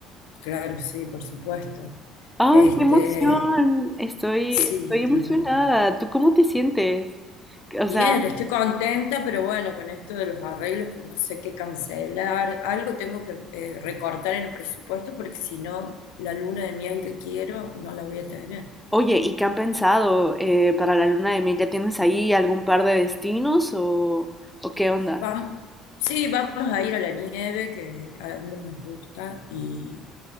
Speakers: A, on the left (about 90°); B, in the centre.
A: Claro, sí, por supuesto.
B: ¡Ay,
A: Este,
B: qué emoción! Estoy,
A: sí,
B: estoy
A: tremendo.
B: emocionada. ¿Tú cómo te sientes? O
A: Bien,
B: sea,
A: estoy contenta, pero bueno, con esto de los arreglos que no sé qué cancelar, algo tengo que eh, recortar en el presupuesto porque si no, la luna de miel que quiero no la voy a tener.
B: oye, ¿y qué han pensado eh, para la luna de miel? ¿Ya tienes ahí algún par de destinos o, o qué onda?
A: Vam- sí, vamos a ir a la nieve que a ambos nos gusta y,